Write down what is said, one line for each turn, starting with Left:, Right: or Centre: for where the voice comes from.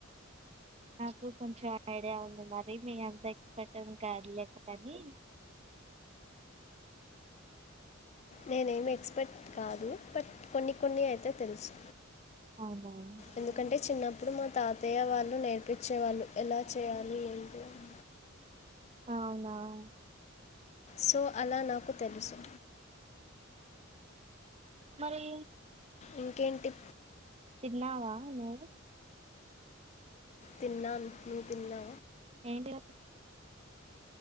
Right: నాకు కొంచెం ఐడియా ఉ మరి మే ఎంత ఎక్స్పెట్టం కాదు లేక అని
Left: నేనేమి ఎక్స్పెర్ట్ కాదు బట్ కొన్ని కొన్ని అయితే తెలుసు
Right: అవునా
Left: ఎందుకంటే చిన్నప్పుడు మా తాతయ్య వాళ్ళు నే పపించేవాళ్ళు ఎలా చేయాలి ఏంటి అని.
Right: అవునా ఆవు
Left: సో అలా నాకు తెలుసు
Right: మరి
Left: ఇంకేంటి
Right: తిన్నావా నుో్
Left: తిన్నాను మ తిన్నా
Right: ఎడి